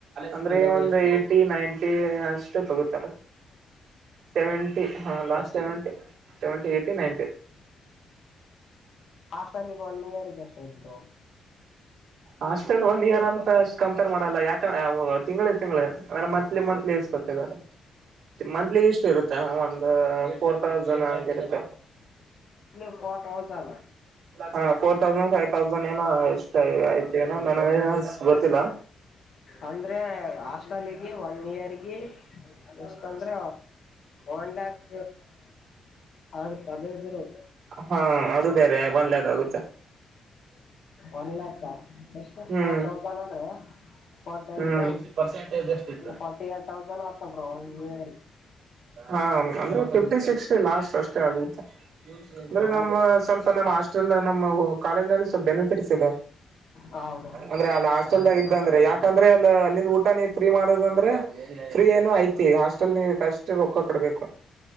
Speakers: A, on the right (about 65°); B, on the left (about 55°).
A: ಅಂದ್ರೆ ಒಂದು ಎಟಿ ನೈಂಟಿ ಅ. ತೊಗೊತಾರ.
B: <inaudible>
A: ಸೆವೆಂಟಿ ಹ last seventy seventy eighty ninety.
B: ಹಾಸ್ಟಲ್ಲಿಗೆ ಒನ್ ಇಯರ್ಗ ಎಷ್ಟ ಆಯ್ತ್ ಬ್ರೋ.
A: ಹಾಸ್ಟೆಲ್ ಒನ್ ಇಯರ್ ಅಂತ. ಕಂಪೇರ್ ಮಾಡಲ್ಲ ಯಾಕ ಎ ಒ ತಿಂಗಳ ತಿಂಗಳು ಅಂದ್ರೆ ಮಂತ್ಲಿ ಮಂತ್ಲಿ ಇಸ್ಕೊತಿದ್ದಾರೆ. ಮಂತ್ಲಿ ಇಷ್ಟ ಇರುತ್ತ ಒಂದು ಫೋರ್ ತೌಸಂಡ್ ಹಂಗ ಇರತ್ತ.
B: ಇಫೋರ್ಟ ಹೌಜಾಲ.
A: ಹಾಂ ಫೋರ್ ತೌಸಂಡ್ ಫೈವ್ ತೌಸಂಡ್ ಏನೋ ಎಷ್ಟು ಆಯಿತೇನ ನನಗ ಗೊತ್ತಿಲ್ಲ.
B: ಅಂದ್ರೆ ಹಾಸ್ಟೆಲ್ಗೆ ಒನ್ ಇಯರ್ಗೆ. ಗೆ ಎಷ್ಟ ಅಂದ್ರ ಒನ್ ಲ್ಯಾಕ್. ಆಗತ್ ಅದೇ ಇದ್ರು.
A: ಹಾಂ ಅದು ಬೇರೆ ಒಂದ್ಲಾಕ್ ಆಗುತ್ತೆ.
B: ಒನ್ ಲ್ಯಾಕ್ ಎಷ್ಟು
A: ಹ್ಮ್
B: ಫೋರ್ ತೌಸಂಡ್ ಅಂದ್ರೆ. ಫೊರ್ ಟೆಂಜಾ
A: ಹ್ಮ್ ಪರ್ಸೆಂಟೇಜ್ ಎಷ್ಟ ಇತ್ತು ನಿಮ್ದು
B: ಫೊರ್ಟಿ ಏಟ್ ತೌಸಂಡ್ ಆಗ್ತ ಬ್ರೋ ಒನ್ ಇಯರ್.
A: ಹಾ ಅಂದ್ರೆ ಫಿಫ್ಟಿ ಸಿಕ್ಸ್ ಲಾಸ್ಟ್ ಅಷ್ಟೇ ಆಗುತ್ತೆ. ಅಂದ್ರೆ
B: ಹ
A: ನಮ್ಮ ಸ್ವಲ್ಪ ನಮ್ಮ ಹಸ್ಟೆಲ್ ನಮ್ಮ ಕಾಲೇಜ್ ನಲ್ಲಿ ಸ್ವಲ್ಪ ಬೆನಿಫಿಟ್ಸ್ ಇದೆ.
B: ಹ ಬ್ರೋ
A: ಅಂದ್ರೆ ಅಲ್ಲ ಹಾಸ್ಟೆಲ್ದಾಗ ಇದ್ದ ಅಂದ್ರೆ ಯಾಕಂದ್ರೆ ಅಲ್ಲ ಅಲ್ಲಿಂದ ಊಟ ನೀ ಫ್ರೀ ಮಾಡೋದ ಅಂದ್ರೆ. ಫ್ರೀ ಏನೋ ಐತಿ ಈಗ ಹಾಸ್ಟೆಲ್ ನಿ ಅಷ್ಟ ರೊಕ್ಕ ಕೊಡ್ಬೇಕು.